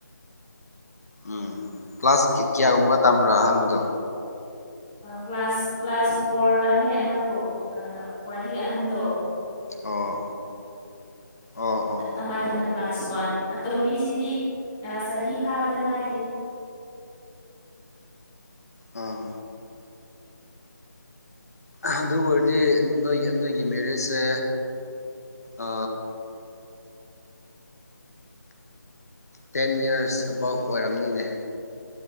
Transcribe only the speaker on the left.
ꯎꯝ ꯀ꯭ꯂꯥꯁ ꯀꯌꯥꯒꯨꯝꯕ ꯇꯝꯕ꯭ꯔꯥ ꯑꯍꯥꯟꯕꯗꯣ꯫
ꯑꯣ ꯑꯣ ꯑꯣ
ꯑꯥ ꯑꯗꯨ ꯑꯣꯏꯔꯗꯤ ꯅꯣꯏꯒꯤ ꯅꯣꯏꯒꯤ ꯃꯦꯔꯤꯖꯁꯦ ꯑ ꯇꯦꯟ ꯌꯔꯁ ꯑꯕꯥꯎꯠ ꯑꯣꯏꯔꯝꯅꯤꯅꯦ